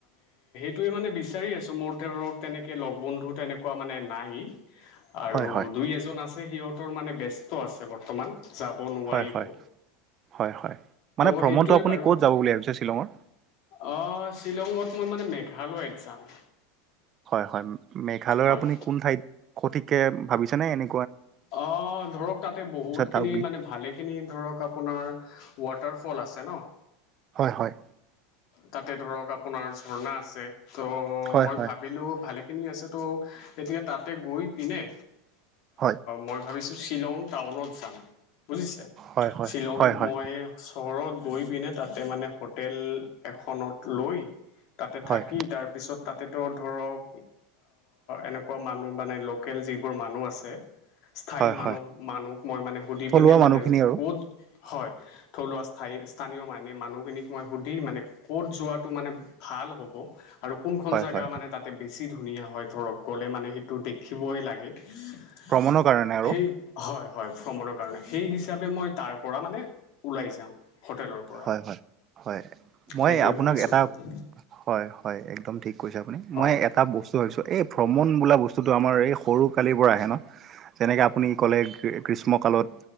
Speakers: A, on the left; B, on the right.
A: ত মানে বিচাৰি আছো মোৰ ধৰক তেনেকে লগ বন্ধু তেনেকুৱা মানে নাই আৰু
B: হয় হয়
A: দুই এজন আছে সিহঁতৰ মানে ব্যস্ত আছে বৰ্তমান যাব নোৱাৰিব
B: হয় হয় হয় হয় মানে
A: ত'
B: ভ্ৰমণটো
A: সেইটোৱে
B: আপুনি
A: বাৰু
B: ক'ত যাব বুলি ভাবিছে শ্বিলঙৰ
A: আহ শ্বিলঙত মান মানে মেঘালয়ত যাম
B: হয় হয় মেঘালয়ৰ
A: হয়
B: আপুনি কোন ঠাইত সঠিককে ভাবিছেনেে এনে
A: অ ধৰক তাতে বহুতখিনি
B: ডাউকী
A: মানে ভালেখিনি ধৰক আপোনাৰ ৱাটাৰ ফল আছে ন
B: হয় হয়
A: তাতে ধৰক আপোনাৰ ঝৰ্ণা আছে ত'
B: হয়
A: মই
B: হয়
A: ভাবিলো ভালে িন আ ত' গতিয়া তাতে গৈ পিনে
B: হয়
A: মই ভাবিছোঁ শ্বিলং টাউনত যাম বুজিছে
B: হয় হয়
A: শ্বিলং
B: হয় হয়
A: মই চহৰত গৈ পিনে তাতে মানে হোটেল এখনত লৈ তাতে
B: হয়
A: থাকি তাৰ পিছত তাতেতো ধৰক এনেকুৱা মানুহ মানে লোকেল যিবোৰ মানুহ আছে স্থায়ী
B: হয়
A: মানুহ
B: হয়
A: মানুহ মই মানে সুধি
B: থলুৱা
A: পিনে
B: মানুহখিনি
A: মানে
B: আৰু
A: ক'ত হয় থলুৱা সায় স্থানীয় মান মানুহখিনিক মই সুধি মানে ক'ত যোৱাাতটো মানে ভাল হ'ব আৰু কোনখন
B: হয়
A: জেগা
B: হয়
A: মানে তাতে বেছি ধুনীয়া হয় ধৰক গ'লে মানে সেইটো দেখিবই লাগে সেই
B: ভ্ৰমণৰ কাৰণে আৰু
A: হয় হয় ভ্ৰমণৰ কাৰণে সেই হিচাপে মই তাৰ পৰা মানে ওলাই যাম হোটেলৰ পৰা
B: হয় হয় হয় মই
A: সেইটোৱে
B: আপোনাক
A: ভাবিছোঁ
B: এটা
A: মই মানে
B: হয় হয় একদম ঠিক ৈছে আপুনি
A: হয়
B: মই এটা বস্তু ভাবিছো এই ভ্ৰমণ বোলা বস্তুটো আমাৰ এই সৰু কালিৰ পৰা আহে ন যেনেকৈ আপুনি ক'লে ক্ৰীষ্মক তালত